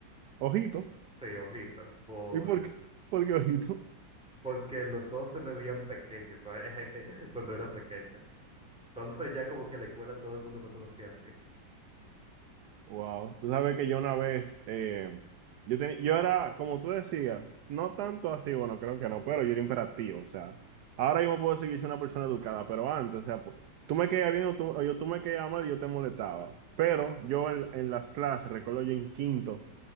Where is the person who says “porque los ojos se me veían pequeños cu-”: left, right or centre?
Centre